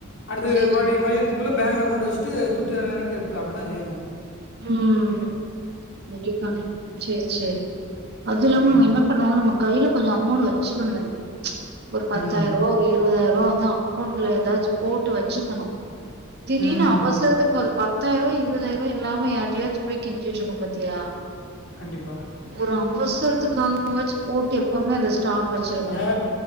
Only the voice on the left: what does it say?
அடுத்து
மறுபடி மதியத்துக்குள்ள பேங்க்ல கொண்டு வச்சுட்டு துட்டுர எடுத்து எடுத்த அப்டிதான் செய்யணு
ம்
ம்
ம்
ம் ம்.
கண்டிப்பா
ஏ